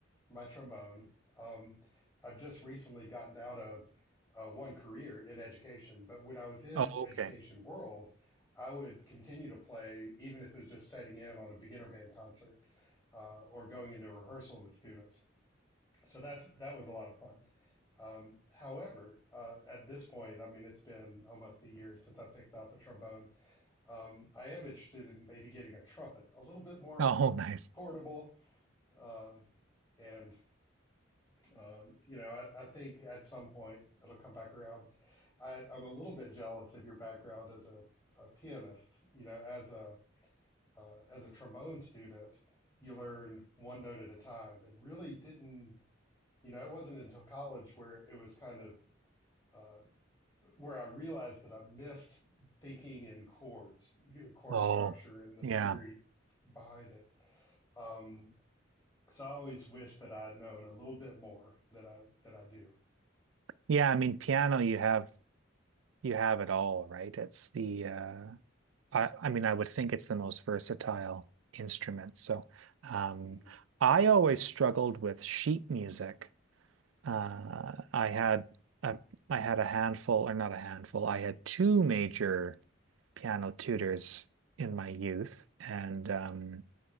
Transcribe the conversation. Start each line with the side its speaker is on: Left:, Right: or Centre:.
Left: my trombone. Um, I've just recently gotten out of uh, one career in education, but when I was in
Right: Oh,
Left: the education
Right: okay.
Left: world, I would continue to play even if it was just setting in on a beginner band concert uh, or going into a rehearsal with students. so that's that was a lot of fun. Um, however, uh, at this point, I mean, it's been almost a year since I picked up a trombone. Um, I am interested in maybe getting a trumpet, a little bit more
Right: Oh, <laughs> nice.
Left: portable. Um and, uh, you know, I, I think at some point it'll come back around. I, I'm a little bit jealous of your background as a, a pianist. You know, as a uh, as a trombone student, you learn one note at a time, and really didn't you know, it wasn't until college where it was kind of uh, where I realized that I missed thinking in chords, chord
Right: Oh,
Left: structure, and the
Right: yeah.
Left: theory behind it. Um, so I always wish that I'd known a little bit more than I than I do.
Right: Yeah, I mean piano you have you have it all, right? It's the uh I I mean I would think it's the most versatile instrument. So um
Left: hmm
Right: I always struggled with sheet music. Uh I had a I had a handful or not a handful. I had two major piano tutors in my youth and um